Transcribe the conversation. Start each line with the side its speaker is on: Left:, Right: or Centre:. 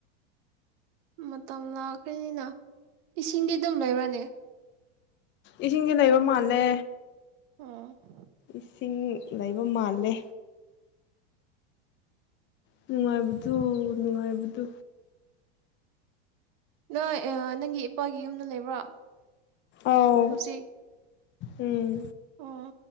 Right: ꯃꯇꯝ ꯂꯥꯛꯈ꯭ꯔꯅꯤꯅ ꯏꯁꯤꯡꯗꯤ ꯑꯗꯨꯝ ꯂꯩꯕ꯭ꯔꯅꯦ
Left: ꯏꯁꯤꯡꯖꯦ ꯅꯩꯕ ꯃꯥꯜꯂꯦ
Right: ꯎꯝ
Left: ꯏꯁꯤꯡ ꯅꯩꯕ ꯃꯥꯜꯂꯦ ꯅꯨꯡꯉꯥꯏꯕꯗꯨ ꯅꯨꯡꯉꯥꯏꯕꯗꯨ
Right: ꯅꫭꯏ ꯑ ꯅꯪꯒꯤ ꯏꯄꯥꯒꯤ ꯌꯨꯝꯗ ꯂꯩꯕ꯭ꯔꯥ
Left: ꯑꯥꯎ
Right: ꯍꯧꯖꯤꯛ
Left: ꯎꯝ
Right: ꯑꯣ